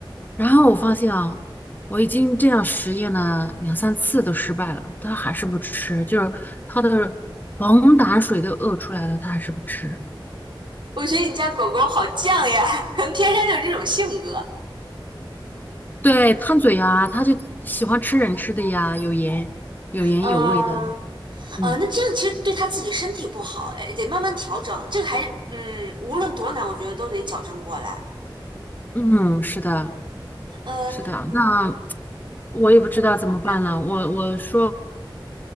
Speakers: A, on the left; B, on the right.
A: 然后我发现啊，我已经这样实验了两三次都失败了，他还是不吃，就是他的黄胆水都饿出来了，他还是不吃。
B: 我觉得你家狗狗好犟呀，<laughs> 可能天生就这种性格。
A: 对，贪嘴呀，他就喜欢吃人吃的呀，有盐、有盐有味的。
B: 嗯
A: 嗯
B: 啊，那这样其实对它自己身体不好，哎，得慢慢调整。这个还是嗯，无论多难，我觉得都得矫正过来。
A: 嗯，是的，
B: 呃，
A: 是的。那我也不知道怎么办了。
B: 行
A: 我我说